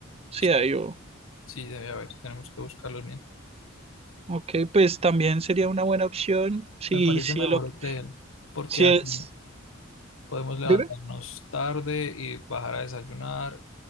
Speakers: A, on the right (about 30°); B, on the left (about 75°).
A: Sí,
B: Sí,
A: hay o-
B: Sí, debe haber, tenemos que buscarlos bien.
A: Ok, pues también sería una buena opción. Sí,
B: Me parece
A: sí,
B: mejor
A: el, op-
B: hotel, porque
A: sí
B: así
A: es.
B: podemos levantarnos
A: Dime.
B: tarde y bajar a desayunar.